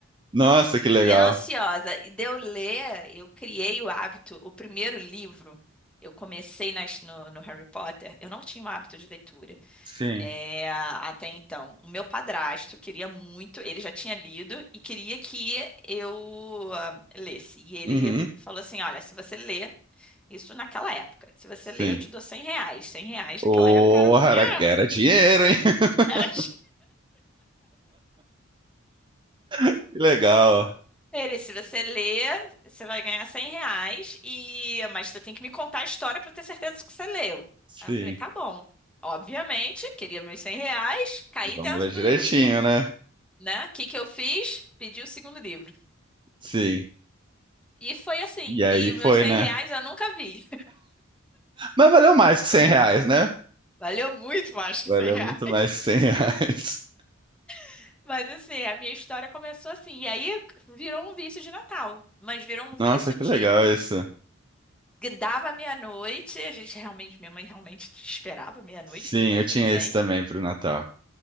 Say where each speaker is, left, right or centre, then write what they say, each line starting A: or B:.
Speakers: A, on the right; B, in the centre.
A: Nossa, que legal.
B: E ansiosa. E de eu ler, eu criei o hábito, o primeiro livro. Eu comecei nas- no, no Harry Potter, eu não tinha um hábito de leitura
A: Sim.
B: é, até então. O meu padrasto queria muito, ele já tinha lido e queria que eu ah, lesse. E ele
A: Uhum,
B: falou assim: Olha, se você ler, isso naquela época, se você
A: sim.
B: ler, eu te dou 100 reais. cem reais
A: Oh,
B: naquela época era um dinheiro,
A: era, era dinheiro, hein? <laughs>
B: <laughs> era
A: Que legal.
B: Ele, se você ler, você vai ganhar 100 reais, e... mas você tem que me contar a história para ter certeza que você leu.
A: Sim.
B: Aí eu falei, tá bom. Obviamente, queria meus 100 reais, caí
A: Vamos
B: dentro
A: ler direitinho,
B: do livro,
A: né?
B: né? O que que eu fiz? Pedi o segundo livro.
A: Sim.
B: E foi assim.
A: E aí
B: E
A: foi,
B: os meus 100
A: né?
B: reais eu nunca vi.
A: Mas valeu mais que 100 reais, né?
B: <laughs> Valeu muito mais que
A: Valeu
B: 100 reais.
A: muito mais que cem reais.
B: <laughs> Mas assim, a minha história começou assim. E aí virou um vício de Natal. Mas virou um
A: <laughs>
B: vício
A: Nossa, que
B: de
A: legal isso.
B: Dava meia-noite, a gente realmente, minha mãe realmente esperava meia-noite
A: Sim,
B: pra eu dar
A: eu
B: os
A: tinha
B: presentes.
A: esse também pro Natal.